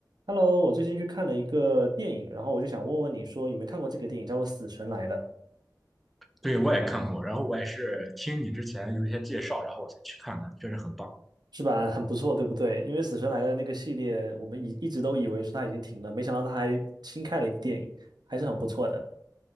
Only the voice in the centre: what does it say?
对，我也看过，然后我也是听你之前有一些介绍，然后我才去看的，确实很棒。